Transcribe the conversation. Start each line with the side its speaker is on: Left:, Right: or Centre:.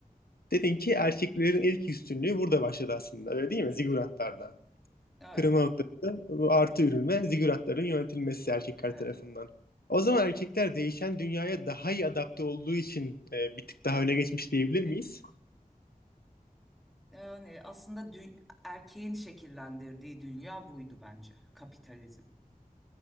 Left: Dedin ki erkeklerin ilk üstünlüğü burada başladı aslında. Öyle değil mi? Ziguratlarda.
Centre: Evet.
Left: Kırılma noktası bu artı ürün ve ziguratların yönetilmesi erkekler
Centre: Evet.
Left: tarafından. O zaman erkekler değişen dünyaya daha iyi adapte olduğu için e, bir tık daha öne geçmiş diyebilir miyiz?
Centre: Yani aslında dü- erkeğin şekillendirdiği dünya buydu bence kapitalizm.